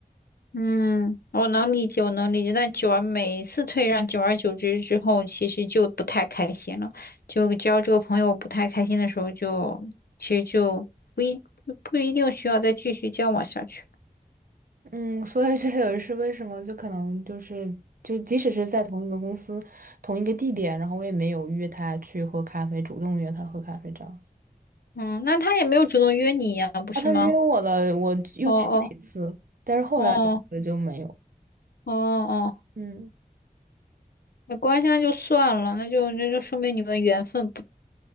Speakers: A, on the left; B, on the right.
A: 嗯，我能理解，我能理解。但久而每一次退让，久而久之之后，其实就不太开心了。就交这个朋友不太开心的时候就，其实就不一不一定需要再继续交往下去。
B: 嗯，所以这也是为什么，就可能就是，就即使是在同一个公司、同一个地点，然后我也没有约他去喝咖啡，主动约他喝咖啡这样。
A: 嗯，那他也没有主动约你呀，不是吗？
B: 啊，他约我了，我又去了一次，
A: 哦哦
B: 但是后来我就没有。
A: 哦，哦哦，
B: 嗯，
A: 没关系，那就算了，那就那就说明你们缘分不